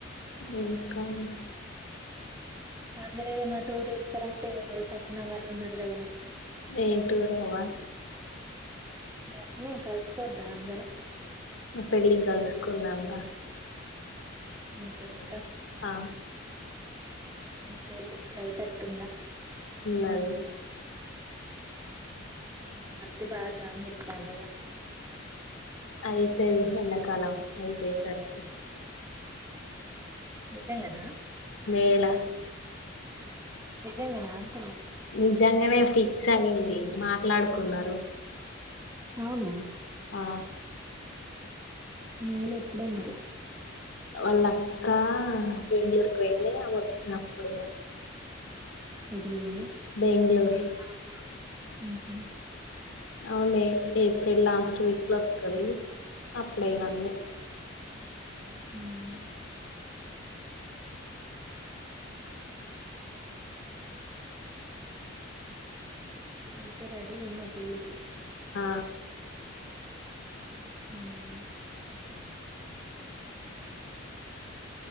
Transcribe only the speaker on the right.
అందర ఏదైనా టూర్ ఏస్తారంటే వా సక్కిన వాళ్ళు ఉన్నారు కదనే
గట్నే కలుసుకోద్దా అందరం
నీ పెళ్ళికా
నీ పెళ్ళి ఇప్పుడైత అట్టుందా
మర్ది బాగా జమ జత్తండేగా
నిజంగానా
నిజంగానే అంతలే
అవును
మేలు ఎప్పుడ లేదు
ంది
హ్మ్మ్ అయితే రెడీ ఉన్నావు్ పెళ్ళికి
హ్మ్మ్